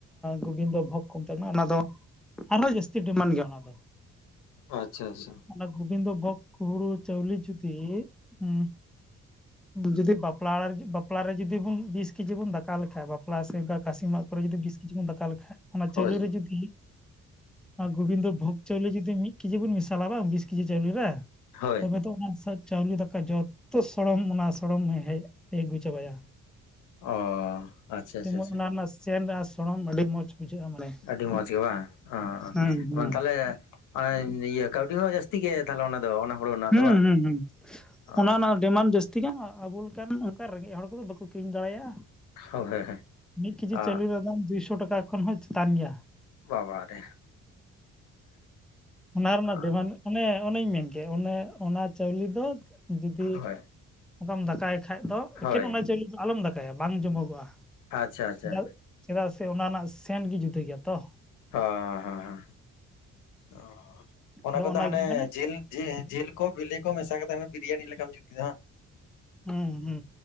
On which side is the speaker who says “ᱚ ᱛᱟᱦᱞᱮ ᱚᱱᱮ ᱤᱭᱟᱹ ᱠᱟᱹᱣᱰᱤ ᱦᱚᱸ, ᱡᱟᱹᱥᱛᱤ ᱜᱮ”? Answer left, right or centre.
Left